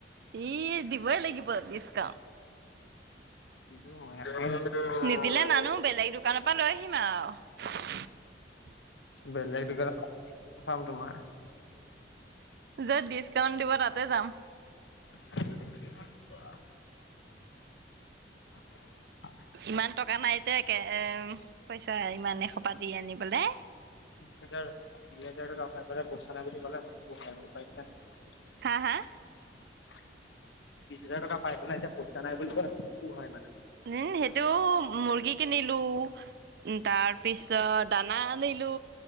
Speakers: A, on the right; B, on the left.
A: এই দিবই লাগিব ডিছকাউণ্ট।
B: নিদো মই। <unintelligible>
A: নিদিলে নানো বেলেগ দোকানৰ পৰা লৈ আহিম আও।
B: বেলেগ দোকানত চাম তোমাৰ।
A: য'ত ডিছকাউণ্ট দিব তাতে যাম।
B: <unintelligible> বাহ। <inaudible>
A: ইমান টকা নাই যে একে পইচা ইমান এসোপা দি আনিবলে।
B: বিছ হাজাৰ, দুই হাজাৰ টকা পাই পেলাই পইছা নাই বুলি কলে <unintelligible> বিছ হাজাৰ
A: হা হা
B: টকা পাই পেলাই এতিয়া পইছা নাই বুলি ক'লে নোপোহাই মানে
A: উম, সেইটো মুৰ্গী কিনিলো। উ, তাৰ পিছত দানা আনিলো।